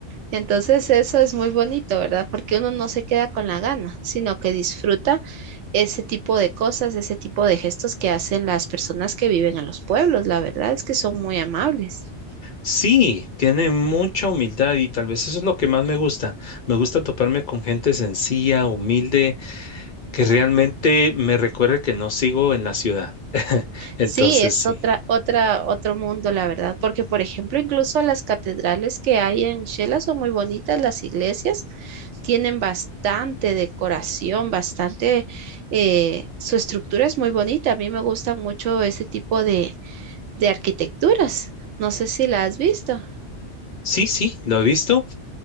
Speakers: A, on the right; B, on the left.
A: Entonces eso es muy bonito, ¿verdad? Porque uno no se queda con la gana, sino que disfruta ese tipo de cosas, ese tipo de gestos que hacen las personas que viven en los pueblos. La verdad es que son muy amables.
B: Sí, tiene mucha humildad y tal vez eso es lo que más me gusta. Me gusta toparme con gente sencilla, humilde, que realmente me recuerde que no sigo en la ciudad. <laughs> Entonces,
A: Sí, es
B: sí.
A: otra, otra, otro mundo, la verdad, porque por ejemplo, incluso las catedrales que hay en Shela son muy bonitas, las iglesias tienen bastante decoración, bastante, eh, su estructura es muy bonita. A mí me gusta mucho ese tipo de de arquitecturas. No sé si la has visto.
B: Sí, sí, lo he visto.